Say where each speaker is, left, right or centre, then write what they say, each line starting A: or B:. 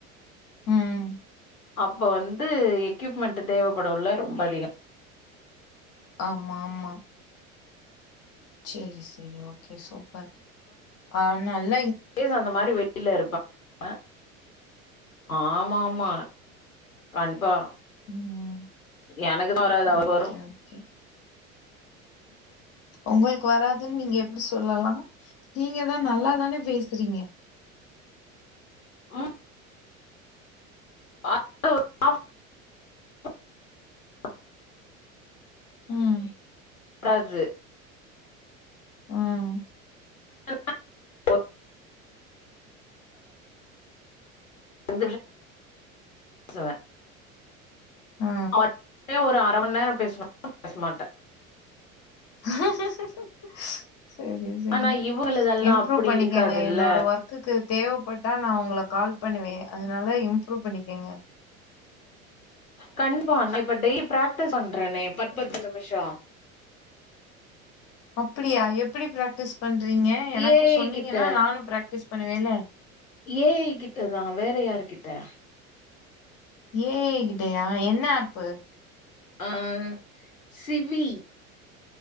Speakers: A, on the left; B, on the left.
A: ம்
B: அப்ப வந்து எக்யூப்மெண்ட் தேவைப்படவுல ரொம்ப அதிகோ
A: ஆமா ஆமா சரி சரி ஓகே சூப்பர் ஆ நல்ல
B: இன்கேஸ் அந்த மாரி வெளியில இருப்பாங்க ஆமா ஆமா கண்பா
A: ம்
B: எனக்குதா வராது அவர்
A: ஓகே
B: வரு
A: ஓகே உங்களுக்கு வராதுன்னு நீங்க எப்டி சொல்லலா நீங்க தா நல்லாதானே பேசுறீங்க
B: ம். <inaudible>
A: ம்
B: கது
A: ம்
B: <inaudible> பே சுவே
A: ஆ
B: அவ்ந்து ஒரு அர மணி நேரோ பேசணும்னு பேச மாட்ட
A: ம்ஹ் ஹ் ஹ் சரி சரி
B: ஆனா இவுங்களுதெல்லா
A: இம்ப்ரூவ்
B: அப்டி
A: பண்ணிக்கேங்க
B: இருக்காதுல்ல
A: என்னோட ஒர்க்குக்கு தேவைப்பட்டா நா உங்கள கால் பண்ணுவே அதனால இம்ப்ரூவ் பண்ணிக்கேங்க
B: கண்ப்பா நா இப்ப டெயிலிப் பிராக்டிஸ் பண்றேனே பத் பத்து நிமிஷோ
A: அப்டியா எப்படி பிராக்டிஸ் பண்றீங்க எனக்கு
B: ஏஐ
A: சொன்னீங்கன்னா
B: கிட்ட
A: நானு பிராக்டிஸ் பண்ணுவேன்ல
B: ஏஐ கிட்டதா வேற யாரு கிட் ட்ட
A: ஏஐ கிட்டையா என்ன ஆப்பு
B: ஆ சிவி